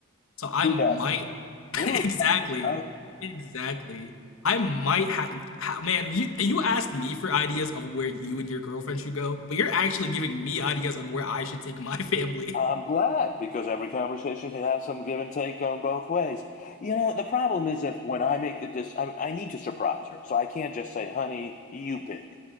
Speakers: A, on the left; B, on the left.
A: So I
B: Who
A: might
B: doesn't?
A: <laughs>
B: Who?
A: exactly,
B: I
A: exactly. I might have ha- man. You you asked me for ideas of where you and your girlfriend should go, but you're actually giving me ideas on where I should take my family. <laughs>
B: I'm glad because every conversation can have some give and take going both ways. You know, the problem is if when I make the dis, I, I need to surprise her, so I can't just say, "Honey, you pick,"